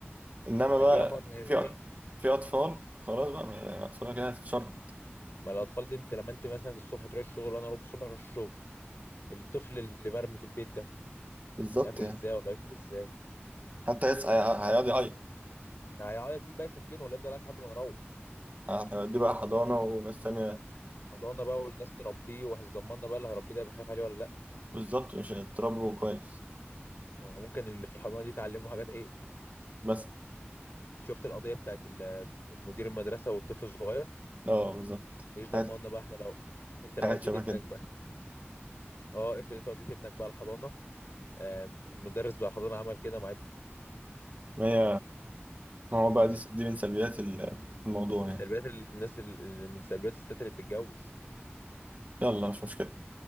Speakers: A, on the right (about 35°); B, on the left (about 60°).
A: انما
B: وتاجلوا
A: بقى
B: حوار الخلفه
A: في أط- في اطفال خلاص بقى ما- ما اطفالها كده هتتشرط
B: ما الاطفال دي انت لما انت مثلا الصبح تروح الشغل وانا اروح الصبح اروح الشغل الطفل اللي مرمي في البيت ده
A: بالظبط
B: هياكل
A: يعني
B: ازاي ولا يشرب ازاي
A: حتى هيص- هي- هيقعد يعيط
B: هيعيط مين بقى يسكته ولا يفضل قاعد لحد ما نروح
A: هيوديه بقى حضانه وناس تانيه
B: حضانه بقى والناس تربيه ومش ضمننا بقى اللي هيربيه ده يبقى خايف عليه ولا لا
A: بالظبط مش هتضربه كويس
B: ممكن اللي في الحضانه دي تعلمه حاجات ايه
A: بس
B: شفت القضيه بتاعت ال- مدير المدرسه والطفل الصغير
A: اه بالظبط
B: ايش ضمننا
A: حاجات
B: بقى احنا لو انت لو
A: حاجات
B: وديت
A: شبه
B: ابنك
A: كده
B: بقى اه افرض انت وديت ابنك بقى الحضانه آم، المدرس بتاع الحضانه عمل كده مع ابني
A: ما هي ما هو بقى دي دي من سلبيات ال- الموضوع
B: من
A: يعني
B: سلبيات الناس ال- من سلبيات الستات اللي بتتجوز
A: يلا مش مشكلة